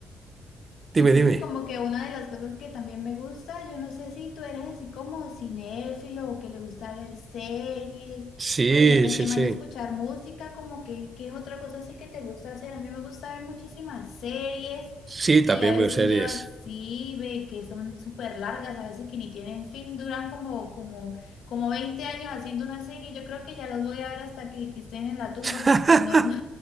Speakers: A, on the left; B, on the right.
A: Entonces,
B: Dime, dime.
A: como que una de las cosas que también me gusta, yo no sé si tú eres así como cinéfilo o que le gusta ver series
B: Sí,
A: o de repente
B: sí,
A: más
B: sí.
A: escuchar música, como que, ¿qué es otra cosa así que te gusta hacer? A mí me gusta ver muchísimas series
B: Sí,
A: y
B: también
A: a
B: veo
A: veces
B: series.
A: veo así, ve que son súper largas, a veces que ni tienen fin, duran como, como, como 20 años haciendo una serie. Yo creo que ya los voy a ver hasta que, que estén en la tumba
B: <laughs>
A: porque no, <laughs> no,